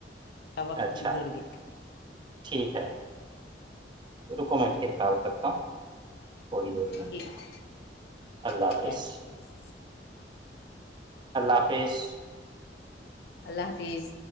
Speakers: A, on the left; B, on the right.
A: وقت
B: اچھا
A: گزر گیا
B: ٹھیک ہے رکو میں پھر پال سکتا ہوں تھوڑی دیر میں
A: ٹھیک
B: اللہ
A: ٹھیک
B: حافظ
A: ہے اللہ حافظ
B: اللہ حافظ
A: اللہ حافظ